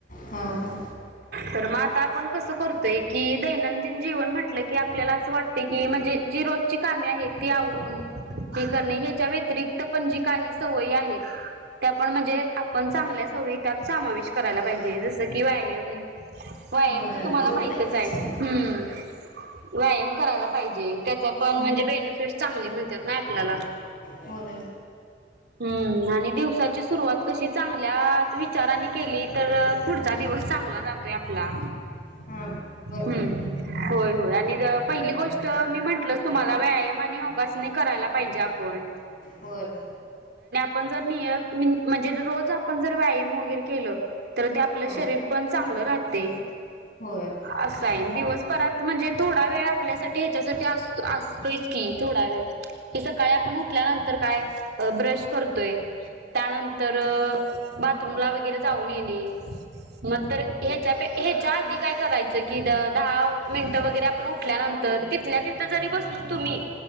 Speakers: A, on the left; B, on the right.
A: हां हां
B: तर मग आता आपण कसं करतोय, की दैनंदिन जीवन म्हटलं की आपल्याला असं वाटत की म्हणजे जी रोजची का- मे आहेत ती आवरून हे करणे हेच्या व्यतिरिक्त पण जी काही सवयी आहेत- त्यां पण म्हणजे आपण चांगल्या सवयी त्यात सामावेश करायला पाहिजे जसं की व्यायम- व्यायम
A: होय
B: तर तुम्हाला
A: बरोबर
B: माहितच
A: की
B: आहे. हुं व्यायम करायला पाहिजे. त्याच पण
A: हं
B: म्हणजे बेनिफिट चांगले मिळत्यात ना आपल्याला.
A: होय-
B: हुं आणि दिवसाची सुरुवात कशी चांगल्याच विचारानी केली तर पुढचा दिवस- चांगला जातोय आपला.
A: हा बरोबर
B: हुं
A: आहे की
B: होय- होय आणि पहिली गोष्ट मी म्हंटल- तुम्हाला व्यायम आणि योगासने करायला पाहिजे आपण.
A: होय ओ
B: पण जर निय म म्हणजे रोज आपण जर व्यायाम वगैरे केल तर ते आपलं
A: हं
B: शरीर पण- चांगल राहतय
A: होय
B: असाय दिवस- परत म्हणजे थोडा वेळ आपल्यासाठी ह्याच्यासाठी आस -असतोयच की थोडा वेळ. कि सकाळी आपण उठल्यानंतर काय अं ब्रश करतोय. त्यानंतर बाथरूमला वगैरे जाऊन येणे. मग तर ह्याच्यात ह्याच्या आधी काय करायचं की द दहा मिनटं वगैरे आपण उठल्यानं- तर तिथल्या तिथं जरी बसून तुम्ही